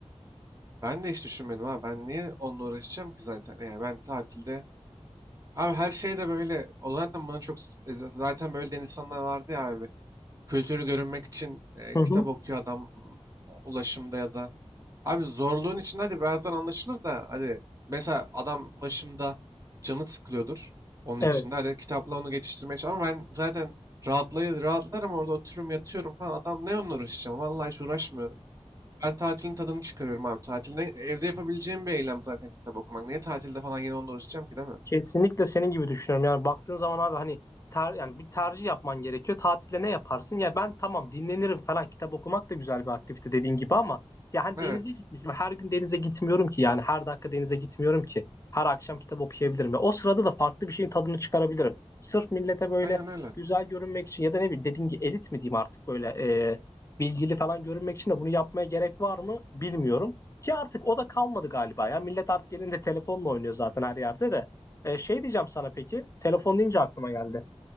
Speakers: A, on the right; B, on the left.
A: Ben de hiç düşünmedim ha. Ben niye onunla uğraşacağım ki zaten? Yani ben tatilde Abi her şey de böyle. O zaten bana çok s- e, zaten böyle diyen insanlar vardı ya abi. Kültürü görünmek için e,
B: Hı
A: kitap
B: hı.
A: okuyor adam m, ulaşımda ya da. Abi zorluğun içinde hadi bazen anlaşılır da hadi mesela adam ulaşımda canı sıkılıyordur onun
B: evet
A: içinde. Hadi kitapla onu geçiştirmeye çalış. Ama ben zaten rahatlay rahatlarım orada otururum yatıyorum falan. Adam ne onunla uğraşacağım? Vallahi hiç uğraşmıyorum. Ben tatilin tadını çıkarıyorum abi. Tatilde evde yapabileceğim bir eylem zaten kitap okumak. Niye tatilde falan yine onunla uğraşacağım ki değil mi?
B: Kesinlikle senin gibi düşünüyorum. Yani baktığın zaman abi hani ter, yani bir tercih yapman gerekiyor. Tatilde ne yaparsın? Ya ben tamam dinlenirim falan. Kitap okumak da güzel bir aktivite dediğin gibi ama ya hani
A: Evet.
B: denize gitmişim. Her gün denize gitmiyorum ki. Yani her dakika denize gitmiyorum ki. Her akşam kitap okuyabilirim. Ve o sırada da farklı bir şeyin tadını çıkarabilirim. Sırf millete böyle
A: Aynen öyle.
B: güzel görünmek için ya da ne bileyim dediğin gibi elit mi diyeyim artık böyle e, bilgili falan görünmek için de bunu yapmaya gerek var mı bilmiyorum. Ki artık o da kalmadı galiba ya. Millet artık elinde telefonla oynuyor zaten her yerde de. E, şey diyeceğim sana peki. Telefon deyince aklıma geldi.